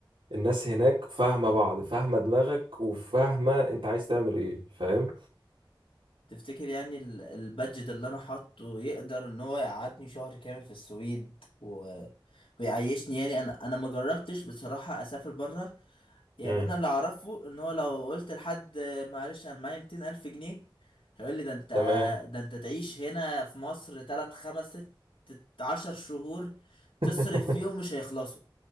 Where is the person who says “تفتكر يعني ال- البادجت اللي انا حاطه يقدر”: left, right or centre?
Left